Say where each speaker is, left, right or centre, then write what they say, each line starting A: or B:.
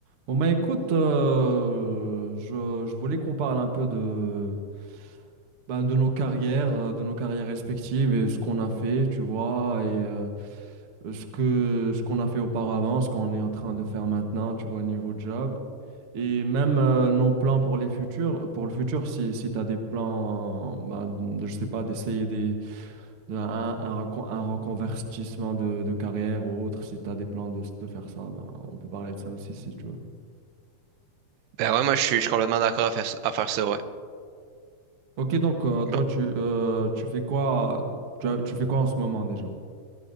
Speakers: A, on the right; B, on the right.
A: Bon bah écoute, euh, je, je voulais qu'on parle un peu de, ben, de nos carrières, euh, de nos carrières respectives et ce qu'on a fait, tu vois, et euh, ce que ce qu'on a fait auparavant, ce qu'on est en train de faire maintenant, tu vois, niveau job. Et même euh, nos plans pour les futurs, pour le futur, si, si tu as des plans, ben, de- je sais pas, d'essayer des, de- un, un recon- un reconvertissement de, de carrière ou autre, si tu as des plans de, de faire ça, ben, on peut parler de ça aussi si tu veux.
B: Ben ouais, moi je suis, je suis complètement d'accord à faire, ça- à faire ça, ouais.
A: Ok, donc euh, toi,
B: Bon.
A: tu, euh, tu fais quoi, tu, as- tu fais quoi en ce moment déjà?